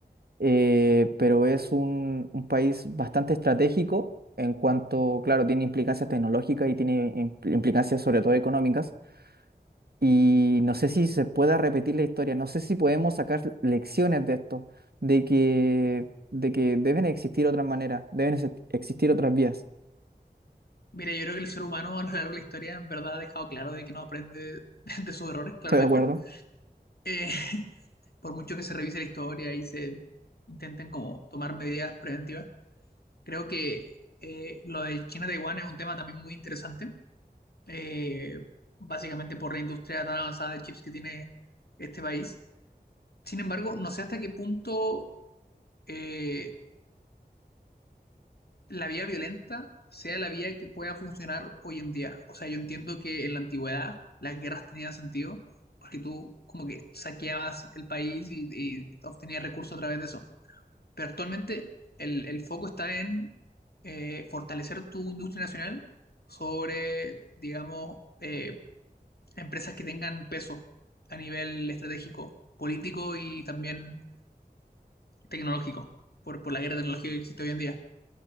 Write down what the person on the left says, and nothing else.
Mira, yo creo que el ser humano a lo largo de la historia en verdad ha dejado claro de que no aprende <laughs> de sus errores, claramente.
Eh, <laughs> por mucho que se revise la historia y se intenten como tomar medidas preventivas, creo que eh, lo de China-Taiwán es un tema también muy interesante, eh, básicamente por la industria tan avanzada de chips que tiene este país. Sin embargo, no sé hasta qué punto eh, la vía violenta sea la vía que pueda funcionar hoy en día. O sea, yo entiendo que en la antigüedad las guerras tenían sentido porque tú como que saqueabas el país y, y obtenías recursos a través de eso. Pero actualmente el, el foco está en eh, fortalecer tu industria nacional sobre, digamos, eh, empresas que tengan peso a nivel estratégico, político y también tecnológico, por, por la guerra tecnológica que existe hoy en día.